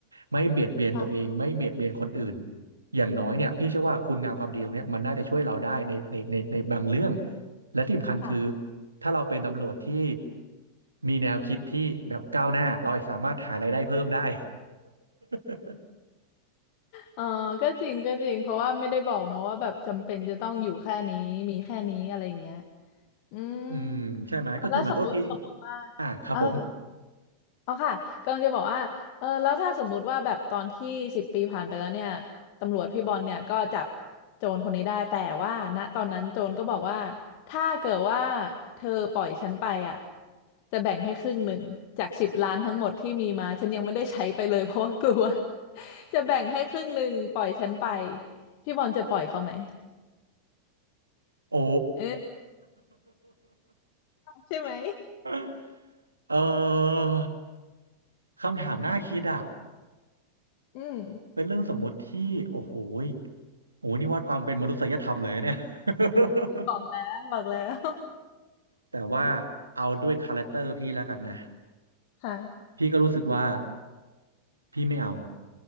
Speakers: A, on the right; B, on the left.
A: ไม่เบียดเบียนตัวเองไม่เบียดเบียนคนอื่น
B: ค่ะ
A: อย่างน้อยเนี่ยพี่เชื่อว่าคุณงามความดีตรงเนี้ยมันน่าจะช่วยเราได้ในในในในบางเรื่องและที่สำคัญคือ
B: ค่ะ
A: ถ้าเราเป็นตำรวจที่มีแนวคิดที่แบบก้าวหน้าเราสามารถหารายได้เพิ่มได้ <laughs>
B: เออก็จริงก็จริงเพราะว่าไม่ได้บอกเนาะว่าแบบจำเป็นจะต้องอยู่แค่นี้มีแค่นี้อะไรอย่างเงี้ยอืม
A: อืมใช่ไหมก็คือมันก็โอเค
B: แล้วสมมติสมมติว่า
A: อ่ะครับผม
B: เออ อ๋อค่ะกำลังจะบอกว่าเออแล้วถ้าสมมุติว่าแบบตอนที่สิบปีผ่านไปแล้วเนี่ยตำรวจพี่บอลเนี่ยก็จับโจรคนนี้ได้แต่ว่าณตอนนั้นโจรก็บอกว่าถ้าเกิดว่าเธอปล่อยฉันไปอ่ะจะแบ่งให้ครึ่งหนึ่งจากสิบล้านทั้งหมดที่มีมาฉันยังไม่ได้ใช้ไปเลยเพราะว่ากลัว <laughs> จะแบ่งให้ครึ่งหนึ่งปล่อยฉันไปพี่บอลจะปล่อยเขาไหม
A: โอ้
B: เออใช่ไหม
A: <laughs> เออคำถามน่าคิดอ่ะ
B: อืม
A: เป็นเรื่องสมมุติที่โอ้โหยโอ้โหนี่วัดความเป็นมนุษยธรรมเลยนะเนี่ย <laughs>
B: บอกแล้วบอกแล้ว
A: แต่ว่าเอาด้วยคาแรคเตอร์พี่แล้วกันนะ
B: ค่ะ
A: พี่ก็รู้สึกว่าพี่ไม่เอา